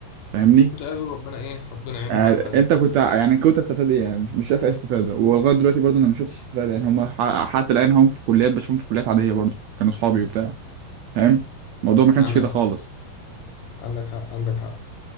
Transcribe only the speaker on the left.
ده قالوا ربنا إيه ربنا يعينهم
على حالهم
عندك
حق عندك حق عندك حق